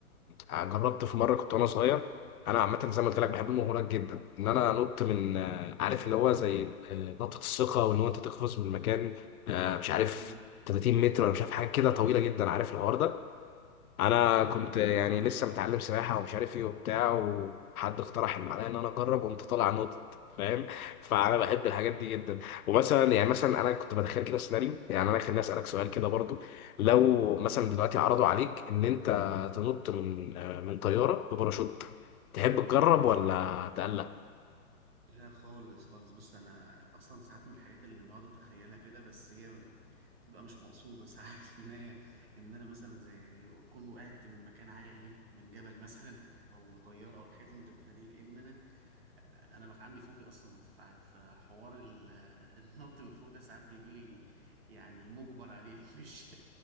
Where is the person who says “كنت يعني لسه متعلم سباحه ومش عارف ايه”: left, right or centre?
Left